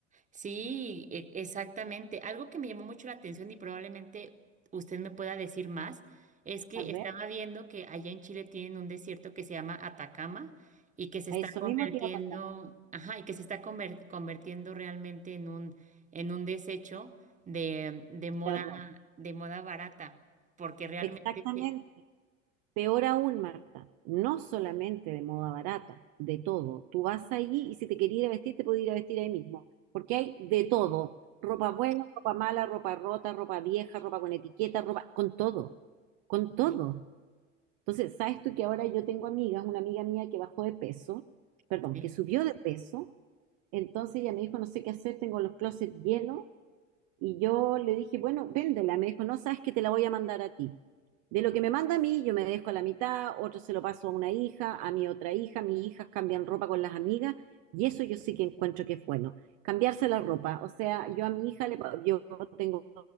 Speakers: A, on the right (about 20°); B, on the right (about 45°).
A: Sí, e- exactamente. Algo que me llamó mucho la atención y probablemente usted me pueda decir más es que
B: A ver,
A: estaba viendo que allá en Chile tienen un desierto que se llama Atacama y que se
B: a
A: está
B: eso
A: convirtiendo,
B: mismo te iba a contar.
A: ajá, y que se está conver- convirtiendo realmente en un en un desecho de, de moda
B: de ropa.
A: de moda barata, porque realmente
B: Exactamente.
A: sí,
B: Peor aún, Marta, no solamente de moda barata, de todo. Tú vas allí y si te quería ir a vestir, te puedes ir a vestir ahí mismo, porque hay de todo. Ropa buena, ropa mala, ropa rota, ropa vieja, ropa con etiqueta, ropa con todo, con todo.
A: sí,
B: Entonces, ¿sabes tú que ahora yo tengo amigas, una amiga mía que bajó de peso, perdón,
A: sí,
B: que subió de peso, entonces ella me dijo, no sé qué hacer, tengo los closets llenos Y yo le dije, bueno, véndela. Me dijo, no sabes que te la voy a mandar a ti. De lo que me manda a mí, yo me dejo a la mitad, otro se lo paso a una hija, a mi otra hija, mis hijas cambian ropa con las amigas, y eso yo sí que encuentro que es bueno. Cambiarse la ropa. O sea, yo a mi hija, le, pa- yo tengo